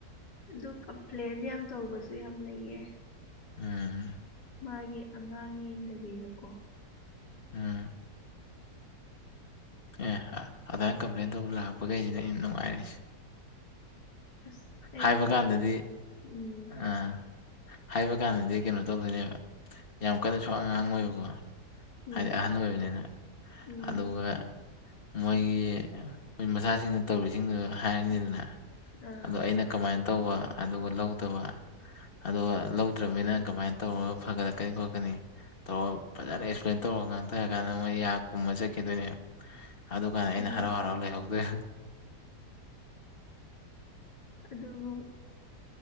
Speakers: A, on the left; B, on the left.
A: ꯑꯗꯨ ꯀꯝꯄ꯭ꯂꯦꯟ ꯌꯥꯝ ꯇꯧꯕꯁꯨ ꯌꯥꯝ ꯂꯩꯌꯦ
B: ꯎꯝ
A: ꯃꯥꯒꯤ ꯑꯉꯥꯡ ꯌꯦꯡꯗꯕꯤꯒꯀꯣ
B: ꯎꯝ ꯑꯦ ꯑꯗꯨꯗꯥꯃꯥꯏꯅ ꯀꯝꯄ꯭ꯂꯦꯟ ꯇꯧꯕ ꯂꯥꯛꯄꯈꯩꯁꯤꯅꯦ ꯑꯩꯅ ꯅꯨꯡꯉꯥꯏꯔꯤꯁꯦ
A: ꯑꯁ ꯑꯩꯗꯤ
B: ꯍꯥꯏꯕ ꯀꯥꯟꯗꯗꯤ
A: ꯎꯝ
B: ꯑ ꯍꯥꯏꯕ ꯀꯥꯟꯗꯗꯤ ꯀꯩꯅꯣ ꯇꯧꯗꯣꯏꯅꯦꯕ ꯌꯥꯝ ꯀꯟꯅ ꯁꯋꯥ ꯉꯥꯡꯉꯣꯏꯕꯀꯣ
A: ꯎꯝ
B: ꯍꯥꯏꯗꯤ ꯑꯍꯟ ꯑꯣꯏꯕꯅꯤꯅ
A: ꯎꯝ
B: ꯑꯗꯨꯒ ꯃꯣꯏꯒꯤ ꯃꯣꯏ ꯃꯆꯥꯁꯤꯡꯅ ꯇꯧꯔꯤꯁꯤꯡꯗꯨ ꯍꯥꯏꯔꯅꯤꯗꯅ
A: ꯑꯥ
B: ꯑꯗꯣ ꯑꯩꯅ ꯀꯃꯥꯏꯅ ꯇꯧꯕ ꯑꯗꯨꯒ ꯂꯧꯗꯕ ꯑꯗꯨꯒ ꯂꯧꯗ꯭ꯔꯃꯤꯅ ꯀꯃꯥꯏꯅ ꯇꯧꯔꯒ ꯐꯒꯠꯂꯛꯀꯅꯤ ꯈꯣꯠꯀꯅꯤ ꯇꯧꯔ ꯐꯖꯅ ꯑꯦꯛꯁꯄꯂꯦꯟ ꯇꯧꯔꯒ ꯉꯥꯡꯊꯔ ꯀꯥꯟꯗ ꯃꯣꯏ ꯌꯥꯝ ꯈꯨꯝꯃ ꯆꯠꯈꯤꯗꯣꯏꯅꯦ ꯑꯗꯨꯀꯥꯟꯗ ꯑꯩꯅ
A: ꯎꯝ
B: ꯍꯔꯥꯎ ꯍꯔꯥꯎ ꯂꯩꯍꯧꯗꯣꯏꯅꯦ
A: ꯑꯗꯨꯕꯨ